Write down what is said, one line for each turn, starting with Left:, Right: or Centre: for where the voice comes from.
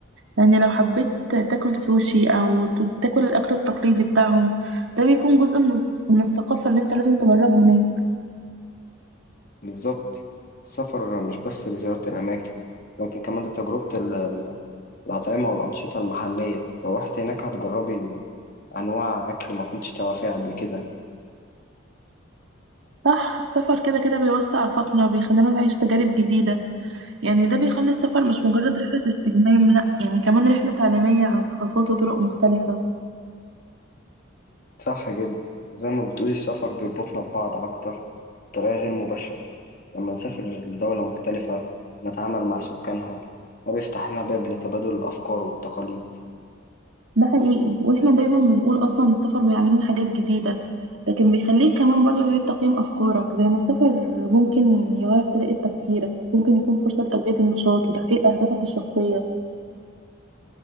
Right: يعني لو حبيت تاكل سوشي أو ت- تاكل الأكل التقليدي بتاعهم ده بيكون جزء من الس- من الثقافة اللي انت لازم تجربه هناك
Left: بالظبط السفر مش بس لزيارة الأماكن لكن كمان لتجربة ال- ال- الأطعمة والأنشطة المحلية لو رحت هناك هتجربي أنواع أكل ما كنتش تعرفيها قبل كده
Right: صح السفر كده كده بيوسع آفاقنا وبيخلينا نعيش تجارب جديدة يعني ده بيخلي السفر مش مجرد رحلة استجمام لأ يعني كمان رحلة تعليمية عن ثقافات وطرق مختلفة
Left: صح جدا زي ما بتقولي السفر بيربطنا ببعض أكتر بطريقة غير مباشرة لما نسافر لدولة مختلفة نتعامل مع سكانها ده بيفتح لنا باب لتبادل الأفكار والتقاليد
Right: ده حقيقي واحنا دايما بنقول اصلا السفر بيعلمنا حاجات جديدة لكن بيخليك كمان برضه تعيد تقييم افكارك زي ما السفر ممكن يغير طريقة تفكيرك ممكن يكون فرصة لتجديد النشاط وتحقيق اهدافك الشخصية